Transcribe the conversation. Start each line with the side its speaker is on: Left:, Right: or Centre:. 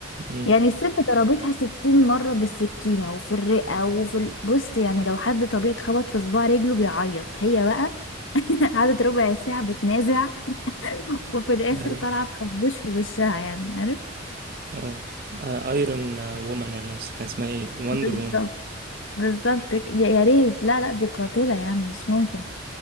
Right: أمم.
Left: يعني الست ضربتها ستين مرة بالسكينة وفي الرئة وفي ال- بص يعني لو حد طبيعي اتخبط في صباع رجله بيعيط هي بقى <laughs> قعدت ربع ساعة بتنازع وفي الآخر
Right: ايوه
Left: طالعة بخبوش في وشها يعني عارف
Right: اه ايرون وومن ولا بس كان اسمها ايه وندر
Left: بالظبط
Right: وومن
Left: بالظبط يا يا ريت لا لا دي قاتلة يعني مش ممكن